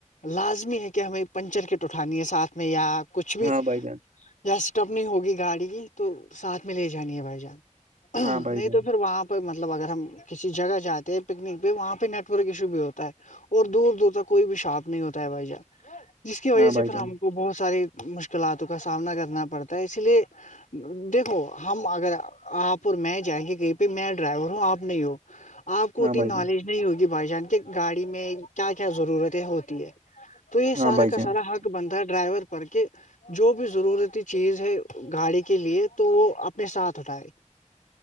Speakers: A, on the left (about 80°); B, on the right (about 80°).
A: لازمی ہے کہ ہمیں پنچر کےٹ اٹھانی ہے ساتھ میں یا کچھ بھی
B: ہاں بھائی جان
A: یا اسٹپ نہیں ہوگی گاڑی کی تو ساتھ میں لے جانی ہے بھائی جان نہیں
B: ہاں بھائی جان
A: تو پھر وہاں مطلب اگر ہم کسی جگہ جاتے ہیں پکنک پہ وہاں پہ نیٹ ورک ایشو بھی ہوتا ہے اور دور دور تک کوئی بھی شارپ نہیں ہوتا ہے بھائی جہ جس کی وجہ
B: ہاں بھائی
A: سے پھر
B: جان
A: ہم کو بہت سارے مشکلاتوں کا سامنا کرنا پڑتا ہے اس لیے دیکھو ہم اگر آپ اور میں جائیں گے کہیں پہ میں ڈرائیور ہوں آپ نہیں ہو آپ کو
B: ہاں
A: اتنی
B: بھائی
A: نالج
B: جان
A: نہیں ہوگی بھائی جان کے گاڑی میں کیا کیا ضرورتیں ہوتی ہے تو یہ
B: ہاں
A: سارا
B: بھائی
A: کا
B: جان
A: سارا حق بنتا ہے ڈرائیور پر کہ جو بھی ضرورتی چیز ہے گاڑی کے لیے تو وہ اپنے ساتھ اٹھائے